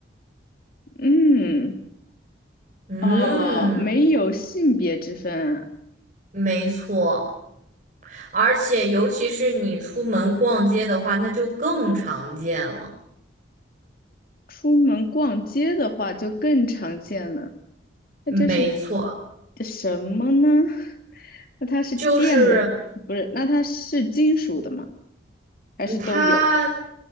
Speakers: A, on the left; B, on the right.
A: 嗯，
B: 嗯，
A: 呃，没有性别之分。
B: 没错。而且尤其是你出门逛街的话，那就更常见了。
A: 出门逛街的话就更常见了。那这是
B: 没错，
A: 这什么呢？<laughs> 那它是电的，
B: 就是
A: 不是？那它是金属的吗？还是都有？
B: 嗯，它